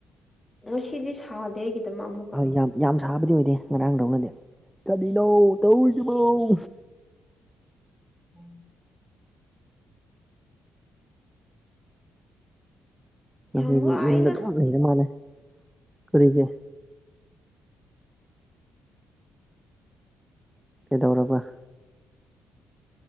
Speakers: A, on the left; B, in the centre.
A: ꯑꯣ ꯁꯤꯗꯤ ꯁꯥꯗꯦ ꯑꯩꯒꯤꯗꯃꯛ ꯑꯃꯨꯛꯀ
B: ꯍꯣꯏ ꯌꯥꯝ ꯌꯥꯝ ꯁꯥꯕꯗꯤ ꯑꯣꯏꯗꯦ ꯈ ꯑꯥꯡꯗꯧꯅꯗꯤꯦ ꯆꯅꯧ ꯇꯧꯕꯧ
A: ꯎꯝ
B: ꯉꯁꯤꯗꯤ
A: ꯌꯥꯝ ꯋꯥꯏꯗ
B: ꯌꯨꯝꯗ ꯑꯗꯨꯝ ꯂꯩꯔ ꯃꯥꯜꯂꯦ ꯀꯔꯤꯒꯦ ꯀꯩꯗꯧꯔꯕ